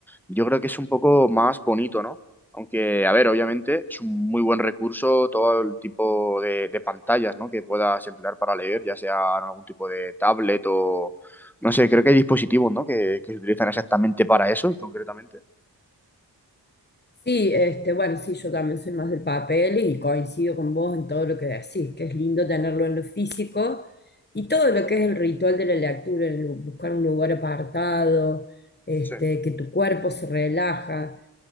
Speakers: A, in the centre; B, on the left (about 25°).
A: Yo creo que es un poco más bonito, ¿no? Aunque, a ver, obviamente es un muy buen recurso todo el tipo de, de pantallas, ¿no? Que puedas emplear para leer, ya sea en algún tipo de tablet no sé, creo que hay dispositivos, ¿no? Que, que se utilizan exactamente para eso y concretamente.
B: Sí, este, bueno, sí, yo también soy más del papel y coincido con vos en todo lo que decís, que es lindo tenerlo en lo físico y todo lo que es el ritual de la lectura, el bu- buscar un lugar apartado, este,
A: Sí,
B: que tu cuerpo se relaja.